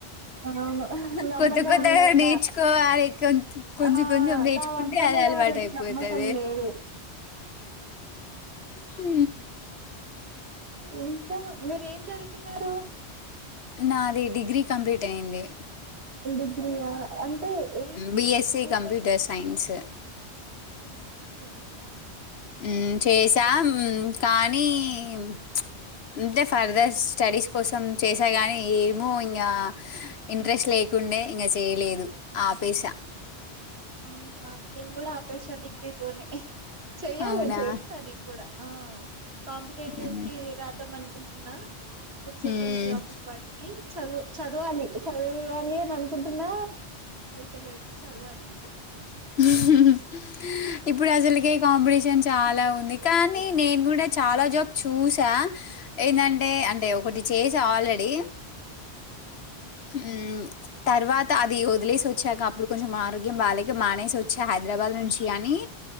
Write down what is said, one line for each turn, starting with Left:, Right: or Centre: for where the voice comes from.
Right: అవును నమ్మకం
Left: కొత్త కొత్తగా
Right: ఉండదు
Left: నేర్చుకోవాలి
Right: నా
Left: కొంచ్ కొంచెం
Right: ఆ
Left: కొంచెం నేర్చుకుంటే.
Right: నా వంట
Left: అదే
Right: మీద
Left: అలవాట
Right: వాళ్ళకి
Left: అయిపోతది
Right: నమ్మకం లేదు
Left: హు
Right: ఇంకా మీరేమ్ చదువుకున్నారు
Left: నాది డిగ్రీ కంప్లీట్ అయింది
Right: డిగ్రీయా అంటే ఏం
Left: BSc
Right: group
Left: computer science
Right: computer సైన్సా
Left: ఉ చేసా ఉమ్ కానీ చ్ అంతే పర్ దర్ స్టడీస్ కోసం చేసా గానీ ఏమో ఇంగ ఇంట్రెస్ట్ లేక్ కుండే ఇంగ చెయలేదు ఆపెసా
Right: అవునా నేను కూడా అపెస డిగ్రీతోనే చెయ్యాలే
Left: అవునా
Right: చేస్తా నేన్ గూడా ఆ కాంపిటేటివ్
Left: హ్మ్
Right: కి రాద్దాం అనుకుంటున్నా ఫుడ్ సెక్యూరిటీ
Left: హ్మ్.
Right: ఆఫీస్ వాటికి చదువ్ చదవాలి చదవాలి అని అనుకుంటున్నా అయితలేదు చదవాలి.
Left: <unintelligible> ఇప్పుడు అసలుకి కాంపిటీషన్ చాలా ఉంది కానీ నేన్ కూడా చాలా జాబ్ చూసా. ఏందంటే అంటే ఒకటి చేసా ఆల్రెడీ ఉ తర్వాత అది వదిలేసోచ్చాక అప్పుడు కొంచం మర్ ఆరోగ్యం బాలేక మానేసోచ్చ హైదరాబాద్ నుంచి యని